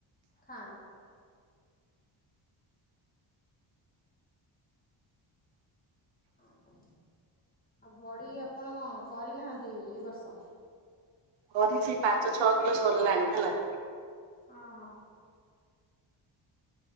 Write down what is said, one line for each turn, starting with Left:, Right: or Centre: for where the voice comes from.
Left: ଖାଆନ୍ତି। ଆଉ ବଡ଼ି ଆପଣ କଣ କରିନାହାନ୍ତି ଏଇ ବର୍ଷ?
Right: କରିଚି ପାଞ୍ଚ ଛଅ କିଲୋ ସରିଲାଣି ହେଲା।
Left: ଅଁ ହଁ।